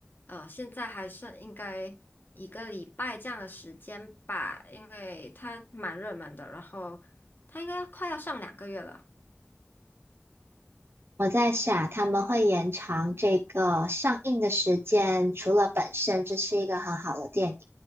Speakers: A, on the left (about 55°); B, on the right (about 70°).
A: 呃，现在还剩应该一个礼拜这样的时间吧，因为它蛮热门的，然后它应该快要上两个月了。
B: 我在想，他们会延长这个上映的时间，除了本身这是一个很好的电影，